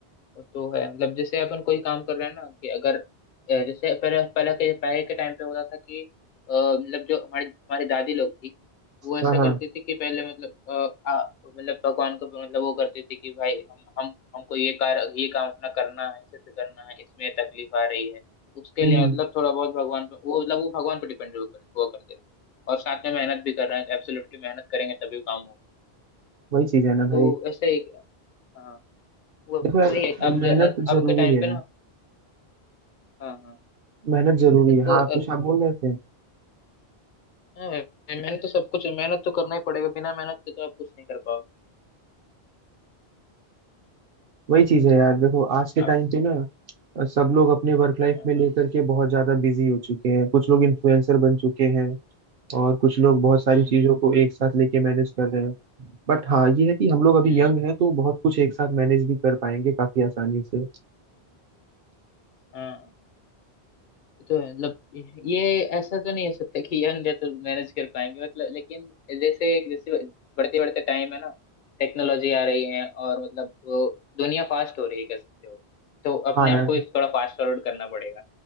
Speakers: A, on the left; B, on the right.
A: वो तो है मतलब जैसे अपन कोई काम कर रहे हैं ना कि अगर अ, जैसे पहले पहले के पहले के टाइम पे होता था कि अ, मतलब जो हमारे हमारी दादी लोग थी वो ऐसा
B: हाँ हाँ
A: करती थी कि पहले मतलब अ, आ, मतलब भगवान को मतलब वो करती थी कि भाई हम हम हमको ये कार ये काम अपना करना है सिद्ध करना है इसमें तकलीफ आ रही है उसके
B: हम्म
A: लिए
B: हम्म,
A: मतलब थोड़ा बहुत भगवान पे वो मतलब वो भगवान पे डिपेंड हुआ कर, हुआ करते थे और साथ में मेहनत भी कर रहे हैं एब्सोल्युटली मेहनत करेंगे तभी काम होगा
B: वही चीज है ना
A: तो
B: भाई
A: ऐसे एक हाँ वो-
B: देखो यार
A: वही है अब
B: मेहनत
A: ज- अब
B: जरूरी
A: के टाइम
B: है
A: पे ना हाँ हाँ
B: मेहनत जरूरी
A: मेहनत
B: है
A: तो
B: हाँ
A: अ,
B: कुछ आप बोल रहे थे
A: हाँ, मेहनत तो सब कुछ मेहनत तो करना ही पड़ेगा बिना मेहनत के तो आप कुछ नहीं कर पाओगे
B: वही चीज है यार देखो आज के टाइम
A: आप
B: पे ना सब लोग अपने वर्क लाइफ
A: हाँ
B: में लेकर
A: हाँ,
B: के बहुत ज्यादा बिजी हो चुके हैं कुछ लोग इन्फ्लुएंसर बन चुके हैं और कुछ लोग बहुत सारी
A: हम्म
B: चीजों
A: हम्म
B: को एक साथ लेके मैनेज कर रहे हैं बट हाँ ये है कि हम लोग अभी
A: हम्म,
B: यंग हैं तो बहुत कुछ एक साथ मैनेज भी कर पाएंगे काफी आसानी से
A: हाँ ये तो है, मतलब ये ऐसा तो नहीं हो सकता कि यंग है तो मैनेज कर पाएंगे मतलब लेकिन जैसे जैसे बढ़ते बढ़ते टाइम है ना टेक्नोलॉजी आ रही है और मतलब वो दुनिया फास्ट हो रही है कह सकते हो तो अपने
B: हाँ
A: आप
B: यार
A: को भी थोड़ा फास्ट फॉरवर्ड करना पड़ेगा